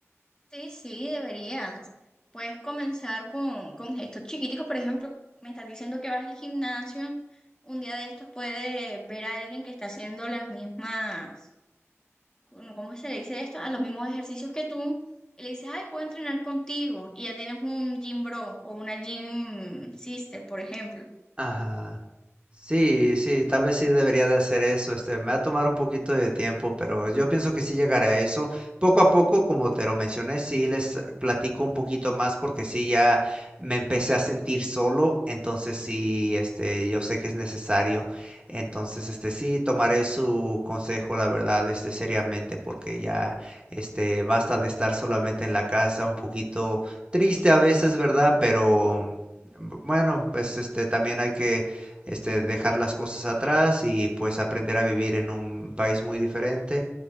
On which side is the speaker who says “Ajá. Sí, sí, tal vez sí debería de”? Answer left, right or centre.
Right